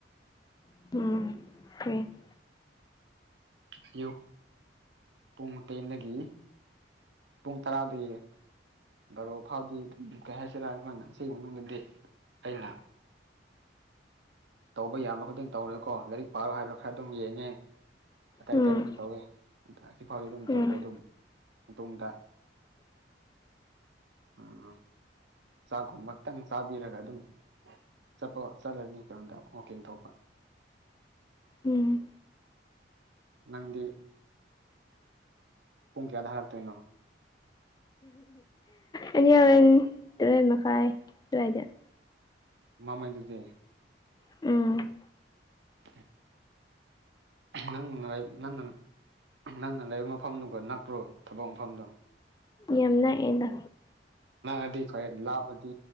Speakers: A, on the left; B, on the right.
A: ꯎꯝ ꯎ
B: ꯑꯌꯨꯛ ꯄꯨꯡ ꯃꯄꯦꯟꯗꯒꯤ ꯄꯨꯡ ꯇꯔꯥꯗꯒꯤ ꯕꯥꯔꯣ ꯐꯥꯎꯗꯤ ꯑꯗꯨꯝ ꯀꯩ ꯍꯥꯏꯁꯤꯔꯥ ꯁꯃꯥꯏꯅ ꯁꯤ ꯃꯅꯨꯡꯗꯗꯤ ꯑꯩꯅ꯫ ꯇꯧꯕ ꯌꯥꯕ ꯈꯨꯗꯤꯡ ꯇꯧꯔꯦꯀꯣ ꯂꯥꯏꯔꯤꯛ ꯄꯥꯔꯣ ꯍꯥꯏꯔꯣ ꯈꯔ ꯑꯗꯨꯝ ꯌꯦꯡꯉꯦ ꯑ ꯑꯇꯥꯏ
A: ꯎꯝ
B: ꯑꯗꯨꯝ ꯇꯧꯋꯦ ꯑꯁꯤꯐꯥꯎꯗꯤ ꯑꯗꯨꯝ
A: ꯎꯝ
B: ꯇꯧꯔꯦ ꯑꯗꯨꯝ ꯇꯨꯡꯗ ꯎꯝ ꯆꯥꯛꯀꯨꯝꯕꯛꯇꯪ ꯆꯥꯕꯤꯔꯒ ꯑꯗꯨꯝ ꯆꯠꯄꫭ ꯆꯠꯂꯅꯤ ꯀꯅꫭꯗ ꯋꯥꯀꯤꯡ ꯊꫭꯛꯄ
A: ꯎꯝ
B: ꯅꯪꯗꯦ ꯄꯨꯡ ꯀꯌꯥꯗ ꯍꯔꯛꯇꯣꯏꯅꯣ
A: ꯑꯅꯤ ꯌꯥꯔꯦꯟ ꯇꯔꯦꯟ ꯃꯈꯥꯏ ꯑꯗꯨꯋꯥꯏꯗ
B: ꯃꯃꯩꯗꯨꯗꯤ
A: ꯎꯝ
B: ꯍ ꯅꯪ ꯅꯪꯅ ꯅꯪꯅ ꯂꯩꯕ ꯃꯐꯝꯗꯨꯒ ꯅꯛꯄ꯭ꯔꯣ ꯊꯕꯛ ꯃꯐꯝꯗꯣ
A: ꯌꯥꯝ ꯂꯥꯛꯑꯦꯗ
B: ꯅꯪꯑꯗꯤ ꯐꯔꯦ ꯂꯥꯞꯑꯗꯤ